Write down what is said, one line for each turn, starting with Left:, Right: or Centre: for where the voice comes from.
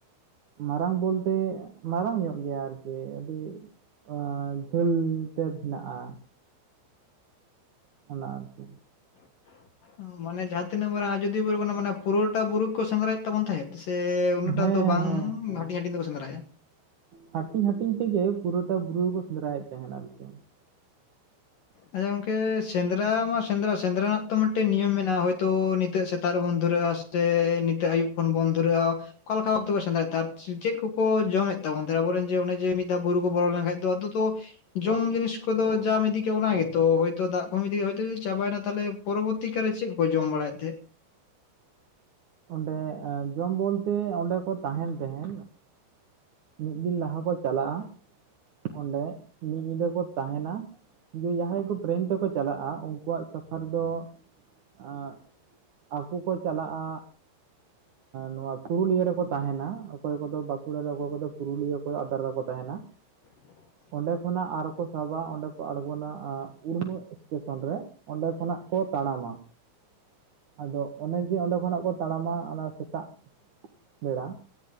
Right: ᱢᱟᱨᱟᱝ ᱵᱚᱞᱛᱮ ᱢᱟᱨᱟᱝ ᱧᱚᱜ ᱜᱮᱭᱟ ᱟᱨᱠᱤ ᱟᱹᱰᱤ, ᱮᱸ ᱡᱷᱟᱹᱞ ᱛᱮ ᱦᱮᱱᱟᱜᱼᱟ, ᱚᱱᱟ ᱟᱨᱠᱤ,
Left: <inaudible> ᱢᱟᱱᱮ ᱡᱟᱦᱟᱸ ᱛᱤᱱᱟᱹᱜ ᱢᱟᱨᱟᱝ ᱟᱡᱚᱫᱤᱭᱟᱹ ᱵᱩᱨᱩ ᱠᱟᱱᱟ ᱢᱟᱱᱮ ᱯᱩᱨᱟᱹᱴᱟ ᱵᱩᱨᱩ ᱠᱚ ᱥᱮᱸᱫᱽᱨᱟᱭᱮᱫ ᱛᱟᱵᱚᱱ ᱛᱟᱦᱮᱸᱫ ᱥᱮ ᱩᱱᱟᱹᱜ ᱴᱟᱜ
Right: ᱦᱮᱸ
Left: ᱫᱚ ᱵᱟᱝ
Right: ᱦᱮᱸ ᱦᱮᱸ
Left: ᱦᱟᱹᱴᱤᱧ ᱦᱟᱹᱴᱤᱧ ᱛᱮᱠᱚ ᱥᱮᱸᱫᱽᱨᱟᱭᱟ
Right: ᱦᱟᱹᱴᱤᱧ ᱦᱟᱹᱴᱤᱧ ᱛᱮᱜᱮ ᱯᱩᱨᱟᱹᱴᱟ ᱵᱩᱨᱩ ᱦᱚᱸᱠᱚ ᱥᱮᱸᱫᱽᱨᱟ ᱭᱮᱫ ᱛᱟᱦᱮᱱ ᱟᱨᱠᱤ,
Left: ᱟᱪᱪᱷᱟ ᱜᱚᱝᱠᱮ ᱥᱮᱸᱫᱽᱨᱟ ᱢᱟ ᱥᱮᱸᱫᱽᱨᱟ ᱥᱮᱸᱫᱽᱨᱟ ᱨᱮᱱᱟᱜ ᱛᱚ ᱢᱤᱫᱴᱮᱱ ᱱᱤᱭᱚᱢ ᱢᱮᱱᱟᱜᱼᱟ, ᱦᱳᱭ ᱛᱚ ᱱᱤᱛᱚᱜ ᱥᱮᱛᱟᱜ ᱨᱮᱵᱚᱱ ᱫᱷᱩᱨᱟᱹᱜᱼᱟ, ᱥᱮ ᱱᱤᱛᱚᱜ ᱟᱹᱭᱩᱵ ᱠᱷᱚᱱ ᱵᱚᱱ ᱫᱷᱩᱨᱟᱹᱜᱼᱟ ᱚᱠᱟ ᱞᱮᱠᱟ ᱚᱠᱛᱚ ᱠᱚ ᱥᱮᱸᱫᱽᱨᱟ ᱛᱟᱸᱦᱮᱫ ᱪᱮᱫ ᱠᱚᱠᱚ ᱡᱚᱢᱮᱫ ᱛᱟᱵᱚᱱ ᱛᱟᱸᱦᱮᱫ ᱟᱵᱚᱨᱮᱱ ᱡᱮ ᱚᱱᱮ ᱡᱮ ᱢᱤᱫ ᱫᱷᱟ ᱵᱩᱨᱩ ᱠᱚ ᱵᱚᱞᱚ ᱞᱮᱱᱠᱷᱟᱱ ᱟᱫᱚ ᱛᱚ ᱡᱚᱢ ᱡᱤᱱᱤᱥ ᱠᱚᱫᱚ ᱡᱟᱢ ᱤᱫᱤ ᱚᱱᱟ ᱜᱮᱛᱚ ᱦᱚᱭᱛᱚ ᱫᱟᱜ ᱠᱚ ᱤᱫᱤ ᱦᱳᱭ ᱛᱚ ᱪᱟᱵᱟᱭ ᱱᱟ ᱛᱟᱦᱚᱞᱮ ᱯᱚᱨᱚᱵᱚᱨᱛᱤ ᱠᱟᱞᱨᱮ ᱪᱮᱫ ᱠᱚ ᱡᱚᱢ ᱵᱟᱲᱟᱭᱮ ᱛᱟᱦᱮᱸᱫ
Right: ᱚᱸᱰᱮ ᱡᱚᱢ ᱵᱚᱞᱛᱮ ᱚᱸᱰᱮ ᱠᱚ ᱛᱟᱸᱦᱮᱱ ᱛᱟᱦᱮ ᱢᱤᱫ ᱫᱤᱱ ᱞᱟᱦᱟ ᱠᱚ ᱪᱟᱞᱟᱜᱼᱟ ᱚᱸᱰᱮ ᱢᱤᱫ ᱧᱤᱫᱟᱹ ᱠᱚ ᱛᱟᱸᱦᱮᱱᱟ ᱡᱮ ᱡᱟᱦᱟᱸᱭ ᱠᱚ ᱴᱨᱮᱱ ᱛᱮᱠᱚ ᱪᱟᱞᱟᱜᱼᱟ ᱩᱱᱠᱩᱣᱟᱜ ᱥᱟᱯᱷᱟᱨ ᱫᱚ ᱟᱸᱜ ᱟᱠᱚ ᱠᱚ ᱪᱟᱞᱟᱜᱼᱟ ᱱᱚᱶᱟ ᱯᱩᱨᱩᱞᱤᱭᱟᱹ ᱨᱮᱠᱚ ᱛᱟᱸᱦᱮᱱᱟ ᱚᱠᱚᱭ ᱠᱚᱫᱚ ᱵᱟᱸᱠᱩᱲᱟ ᱨᱮ ᱚᱠᱚᱭ ᱠᱚᱫᱚ ᱯᱩᱨᱩᱞᱤᱭᱟᱹ ᱚᱠᱚᱭ ᱟᱫᱨᱟ ᱨᱮᱠᱚ ᱛᱟᱸᱦᱮᱱᱟ
Left: <inaudible>
Right: ᱚᱸᱰᱮ ᱠᱷᱚᱱᱟᱜ ᱟᱨᱚᱠᱚ ᱥᱟᱵᱟ ᱚᱸᱰᱮ ᱠᱚ ᱟᱬᱜᱚᱱᱟ‌ ᱟᱸᱜ ᱩᱲᱢᱟᱹ ᱮᱥᱴᱮᱥᱚᱱ ᱨᱮ ᱚᱸᱰᱮ ᱠᱷᱚᱱᱟᱜ ᱠᱚ ᱛᱟᱲᱟᱢᱟ ᱟᱫᱚ ᱚᱱᱮ ᱡᱮ ᱚᱸᱰᱮ ᱠᱷᱚᱱᱟᱜ ᱠᱚ ᱛᱟᱲᱟᱢᱟ ᱚᱱᱟ ᱥᱮᱛᱟᱜ ᱵᱮᱲᱟ